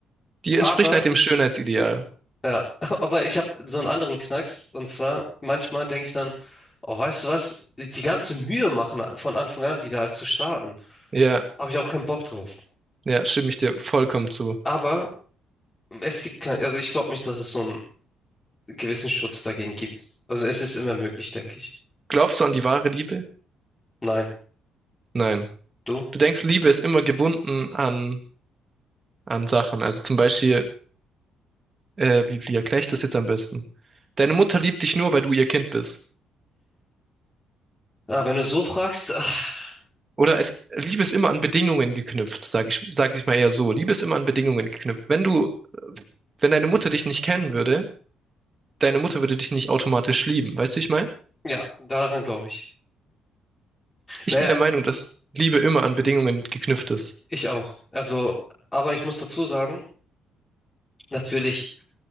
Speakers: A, on the right; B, on the left.
A: Die entsprechen
B: Aber
A: halt dem Schönheitsideal.
B: Ja, <laughs> aber ich habe so einen anderen Knacks. Und zwar, manchmal denke ich dann, oh, weißt du was, die ganze Mühe machen von Anfang an wieder als zu starten.
A: Ja,
B: Habe ich auch keinen Bock drauf.
A: ja, stimme ich dir vollkommen zu.
B: Aber es gibt kein, also ich glaube nicht, dass es so einen gewissen Schutz dagegen gibt. Also es ist immer möglich, denke ich.
A: Glaubst du an die wahre Liebe?
B: Nein,
A: Nein.
B: du?
A: Du denkst, Liebe ist immer gebunden an, an Sachen. Also zum Beispiel, äh, wie, wie erkläre ich das jetzt am besten? Deine Mutter liebt dich nur, weil du ihr Kind bist.
B: Ah, wenn du so fragst, ach,
A: Oder es, Liebe ist immer an Bedingungen geknüpft, sage ich, sag ich mal eher so. Liebe ist immer an Bedingungen geknüpft. Wenn du, äh, wenn deine Mutter dich nicht kennen würde, deine Mutter würde dich nicht automatisch lieben. Weißt du, wie ich meine?
B: ja, daran glaube ich.
A: Ich
B: Naja,
A: bin der
B: also
A: Meinung, dass Liebe immer an Bedingungen geknüpft ist.
B: ich auch. Also, aber ich muss dazu sagen, natürlich,